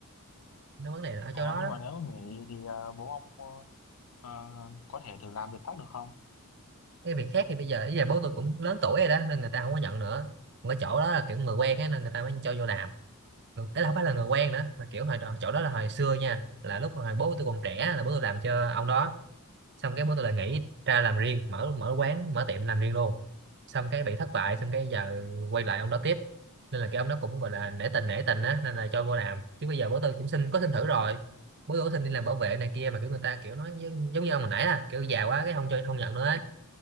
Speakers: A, on the right; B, on the left.
A: nó vấn đề là ở
B: ờ,
A: chỗ đó
B: nhưng
A: đó
B: mà nếu nghỉ thì à, bố ông ờ, ờ, có thể thử làm việc khác được không
A: cái việc khác thì bây giờ bây giờ bố tôi cũng lớn tuổi rồi đó nên người ta không có nhận nữa còn cái chỗ đó là kiểu người quen ấy, nên người ta mới cho vô làm Còn- ấy là không phải là người quen nữa mà kiểu hồi đó, chỗ đó là hồi xưa nha là lúc hồi bố tôi còn trẻ là bố tôi làm cho ông đó xong cái bố tôi lại nghỉ ra làm riêng mở mở quán mở tiệm làm riêng luôn xong cái bị thất bại
B: Ờ,
A: xong cái giờ quay lại ông đó tiếp nên là cái ông đó cũng gọi là nể tình nể tình á nên là cho vô làm chứ bây giờ bố tôi cũng xin có xin thử rồi bố tôi có xin đi làm bảo vệ này kia mà kiểu người ta kiểu nói giống, giống như ông hồi nãy là kiểu già quá cái không cho không nhận nữa ấy.